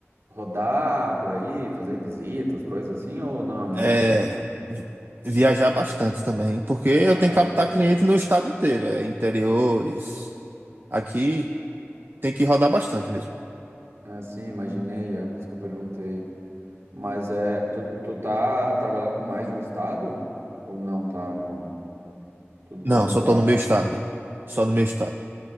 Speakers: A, on the right; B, on the right.
A: rodar por aí, fazer visitas, coisas assim, ou não? é Mais
B: é
A: escritório.
B: vi- viajar bastante também, porque eu
A: É,
B: tenho que captar cliente no estado inteiro, é, interiores. Aqui tem que rodar bastante mesmo.
A: é, sim, imaginei, é por isso que eu perguntei. Mas é, tu, tu tá trabalhando com mais de um estado? Ou não? Tá no, tudo concentrado
B: Não, só tô no meu
A: aí?
B: estado. Só no meu estado.